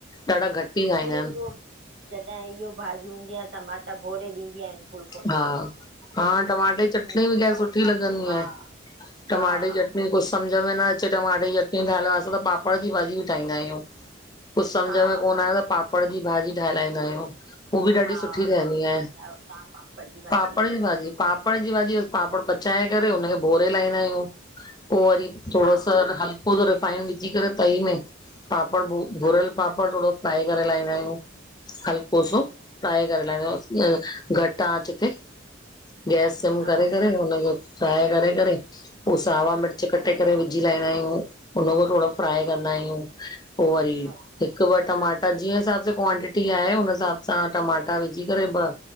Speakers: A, on the left (about 20°); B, on the right (about 65°).
A: ॾाढा घटि ई खाईंदा
B: मिड़ई
A: आहिन।
B: पोइ जॾहिं इहो भाॼीयू हूंदी आह, टमाटा भोरे ॾींदी आहिन फुलका
A: हा, हा टमाटे जी चटणी
B: उहो
A: बि खेर
B: खाओ
A: सुठी लॻंदी
B: हा
A: आहे। टमाटे
B: हा
A: जी चटनी, कुझु समझ
B: उहो ठाहींदा
A: में न अचे टमाटे जी चट <unintelligible> असां त पापड़ जी भाॼी ब ठाहींदा आहियूं, कुझु समझ
B: हा
A: में कोन
B: पापड़
A: आयो त पाप पड़ जी भाॼी ठाह लाईंदा आहियूं, उ बि ॾाढी
B: हा
A: सुठी ठहंदी आहे।
B: <unintelligible> भाॼी
A: पापड़ पापड़ जी भाॼी, बस पापड़ पचाए करे हुनखे भोरे लाहींदा आहियूं पो वरी थोड़ो
B: हा
A: सो हल्को सो रिफाइंड विझी करे तई में पापड़ भुरियल
B: हा
A: पापड़ थोड़ो फ्राए करे लाईहंदा आहियूं हलको
B: हूं
A: सो
B: हूं
A: फ्राए करे लाइदा, घटि आंच ते गैस सिम
B: हा
A: करे करे हुनखे फ्राय करे करे पो सावा मिर्च कटे करे विझी लाईंदा आहियूं, उनखां पो थोड़ो फ्राए कंदा आहियूं पो वरी हिकु
B: अ
A: हिकु ॿ टमाटा जीअं हिसाब सां क्वांटिटी आहे, हुनन हिसाब सां टमाटा विझी करे ॿ